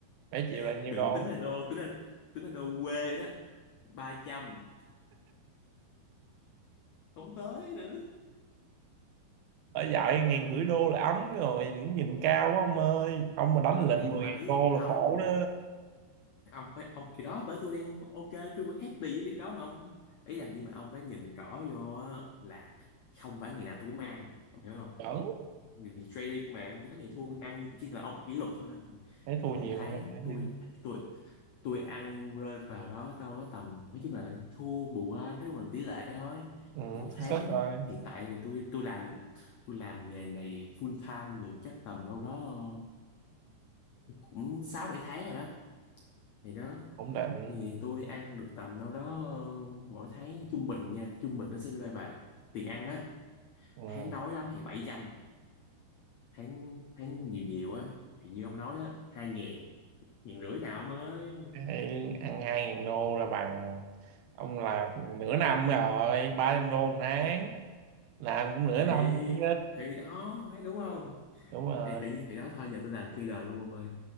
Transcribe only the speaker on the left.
<laughs>
đừng
tính là đô tính là tính là đô quê đó 300 không tới nữa
nhưng
mà
ý
là không
ông phải ông thì đó bởi tôi đang ok tôi vẫn happy với việc đó mà ông ý là nhưng mà ông phải nhìn rõ vô á, là không phải ngày nào tôi cũng ăn ông hiểu không
người trading mà thì có ngày thua ăn nhưng mà chỉ là ông kỷ luật thôi
thì
một
tháng
tôi
tôi tôi ăn rơi vào đó đâu đó tầm nói chung là thua bù ra nếu mà tỷ lệ thôi
thì một tháng
hiện tại thì tôi tôi làm tôi làm nghề này full time được chắc tầm đâu đó ờ, cũng sáu bảy tháng rồi đó thì đó
Thì tôi ăn được tầm đâu đó ờ, mỗi tháng trung bình nha trung bình nó sẽ rơi vào tiền ăn á
tháng đói lắm thì bảy trăm tháng tháng nhiều nhiều á thì như ông nói á hai ngàn ngàn rưỡi nào mới
thì
thì đó mấy đúng không <laughs>
thì tự nhiên thì đó thôi giờ tôi làm trader luôn ông ơi